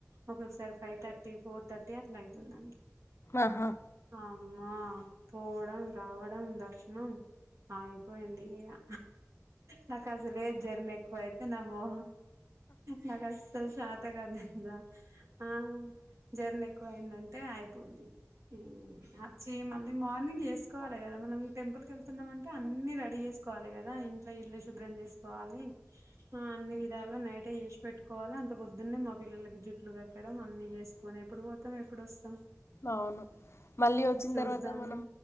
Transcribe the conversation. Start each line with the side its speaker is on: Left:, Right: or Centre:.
Right: ఒక్కొక్కసారి ఫైవ్ థర్టీ ఫోర్ థర్టీ అట్ల అయితుందండి.
Left: ఆహా
Right: అమ్మా పోవడం, రావడం, దర్శనం ఆ అయిపోయింది ఇగా నాకసలే జర్నీ ఎక్కువయితే, తే నమో నాకసలు షాతగాదు ఇగా ఆ జర్నీ ఎక్కువయిందంటే అయిపోద్ది. ఉమ్ అచ్చి మళ్ళీ మార్నింగ్ ఎసుకోవాలి కదా మనం. టెంపుల్ కి ఎళ్తున్నామంటే, అన్ని రెడీ చేసుకోవాలి కదా ఇంట్లో ఇల్లు శుభ్రం చేసుకోవాలి. ఆ అన్ని విధాల నైటే చేసి పెట్టుకోవాలి, అంత పొద్దున్నే మా పిల్లలకి జుట్లు కట్టడం అన్ని చేస్ కోని ఎప్పుడు పోతాం ఎప్పుడు వస్తాం.
Left: అవును మళ్ళీ వచ్చిన్
Right: చూద్దాం
Left: తర్వాత మనం